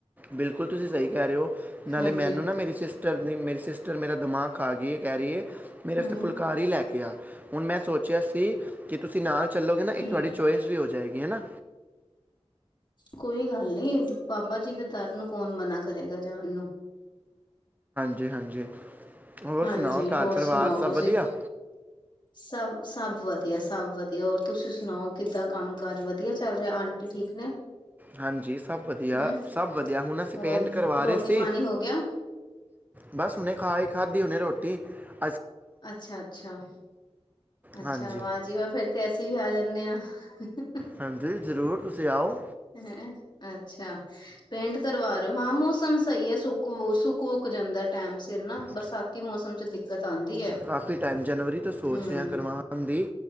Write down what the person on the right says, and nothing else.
ਬਿਲਕੁਲ ਤੁਸੀਂ ਸਹੀ ਕਹਿ ਰਹੇ ਹੋ ਨਾਲੇ
ਮੈਨੂੰ ਨਾ ਮੇਰੀ ਸਿਸਟਰ ਦੀ ਮੇਰੀ ਸਿਸ ਸਟਰ ਮੇਰਾ ਦਿਮਾਗ ਖਾ ਗਈ ਏ, ਕਹਿ ਰਹੀ ਏ। ਮੇਰੇ
ਅਸਤੇ ਫੁਲਕਾਰੀ ਲੈ ਕੇ ਆ। ਹੁਣ ਮੈਂ ਸੋਚਿਆ ਸੀ ਕਿ ਤੁਸੀਂ ਨਾਲ ਚੱਲੋਗੇ ਨਾ
ਇੱਕ ਤੁਹਾਡੀ ਚੁਇਸ ਵੀ ਹੋ ਜਾਏਗੀ, ਹੈਨਾ।
ਹਾਂਜੀ -ਹਾਂਜੀ। ਹੋਰ
ਸੁਣਾਓ ਘਰ
ਪਰਿਵਾਰ
ਸਭ
ਵਧੀਆ
ਹਾਂਜੀ, ਸਭ ਵਧੀਆ
ਸਭ ਵਧੀਆ ਹੁਣ ਅਸੀਂ
ਪੇਂਟ ਕਰਵਾ
ਰਹੇ ਸੀ।
ਬਸ ਹੁਣੇ ਖਾਈ ਖਾਧੀ ਹੁਨੇ ਰੋਟੀ। ਤੇ <inaudible>
ਹਾਂਜੀ
ਹਾਂਜੀ, ਜ਼ਰੂਰ ਤੁਸੀਂ ਆਓ।
ਹਾਂ
ਕਾਫੀ ਟਾਈਮ, ਜਨਵਰੀ ਤੋਂ ਸੋਚ
ਰਿਹਾ ਕਰਵਾਉਣ ਦੀ।